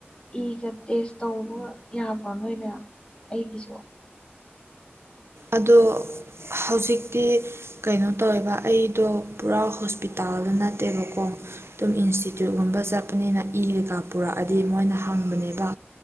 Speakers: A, on the left (about 25°); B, on the right (about 75°).
A: ꯏꯒ ꯇꯦꯁ ꯇꯧꯕ ꯌꯥꯕ꯭ꯔꯣ ꯅꯣꯏꯅꯦ ꯑꯩꯒꯤꯁꯨ
B: ꯑꯗꯣ ꯍꯧꯖꯤꯛꯇꯤ ꯀꯩꯅꯣ ꯇꯧꯋꯦꯕ ꯑꯩꯗꯣ ꯄꯨꯔꯥ ꯍꯣꯁꯄꯤꯇꯥꯜꯗ ꯅꯠꯇꯦꯕꯀꯣ ꯑꯗꯨꯝ ꯏꯟꯁꯇꯤꯇ꯭ꯌꯨꯠꯀꯨꯝꯕ ꯆꯠꯄꯅꯤꯅ ꯏꯔꯦꯀꯥ ꯄꯨꯔꯛꯑꯗꯤ ꯃꯣꯏꯅ ꯍꯪꯕꯅꯦꯕ